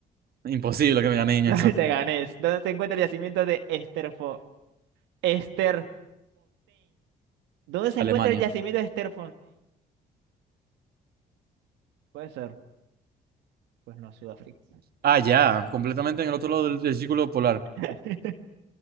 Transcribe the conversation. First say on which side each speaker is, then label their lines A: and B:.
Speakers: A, on the right (about 60°); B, on the right (about 85°).
A: Imposible que me gané en
B: ¿Dónde
A: eso.
B: te ganes? ¿Dónde se encuentra el yacimiento de Esterfo Esther ¿Dónde se
A: Alemania.
B: encuentra el yacimiento de Esther Puede ser. Pues no, Sudáfrica.
A: Ah, ya, completamente en el otro lado del, del círculo polar.
B: <laughs>